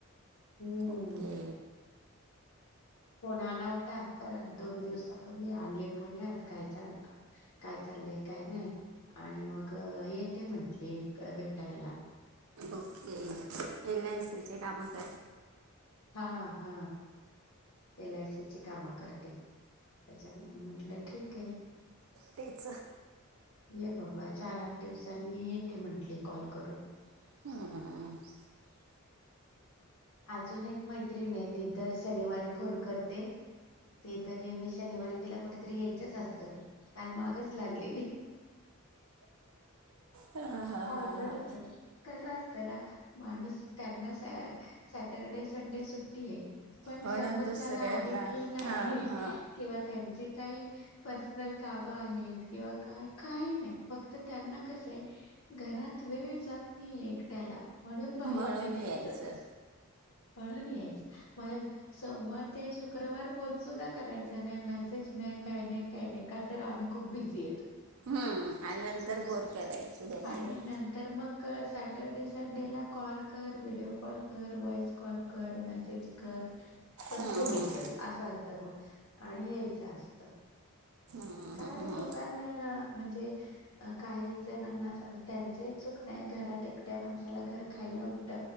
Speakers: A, on the left; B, on the right.
A: हम्म
B: ओके
A: फोन आला होता पण दोन दिवसापूर्वी आलीय पुण्यात काय चाल काय चाललंय काय नाही आणि मग ये ते म्हंटले भेटायला
B: ओके एल
A: सुट-
B: आय सी चे काम <inaudible>
A: हा हा एल आयसीची कामं करते त्याच्यामुळे म्हंटलं ठीक आहे
B: पिझ्झा
A: ये बाबा चार आठ दिवसांनी येते म्हंटले कॉल करून
B: <inaudible>
A: अजून एक मैत्रीण ये ती दर शनिवारी फोन करते. ते तर नेहमी शनिवारी तिला कुठेतरी यायचंच असतं, काल मागच लागलेली.
B: हा हा
A: आवगडचाय
B: हा हा
A: कस अस <unintelligible> माणूस त्यातन सॅ सॅटर्डे स संडे सुट्टी ये पण
B: म्हणून
A: समोरच्याला
B: दुसऱ्यांना
A: आहे की नाही
B: हा हा
A: किंवा त्यांचे काय पर्सनल काम व आहेत किंवा काय काय नाई, फक्त त्यांना कस आय, घरात वेळ जात नाहीये एकट्याला म्हणून बाहेर
B: म्हणून
A: निघायचं,
B: यायचं
A: म्हणून यायचं, म <unintelligible> सोमवार ते शुक्रवार फोन सुद्धा करायचा नाही, मेसेज नाही, काय नई, काय नई, का तर आम्ही खूप बिजि येत.
B: हम्म आणि नंतर बोर करायचं दोन
A: आणि
B: दिवस
A: नंतर मक सा टरडे संडे ला कॉल कर, व्हिडिओ कॉल कर, व्हॉइस कॉल कर, मेसेज कर. पण
B: हम्म,
A: फोन
B: हम्म,
A: उचल असं असतं मग आणि यायचं असत.
B: हम्म,
A: काय
B: हम्म, हम्म.
A: लोकांना म्हणजे अ काही जणांना अस, त्यांचही चूक नाही घरात एकट्या माणसाला घर खायला उठत,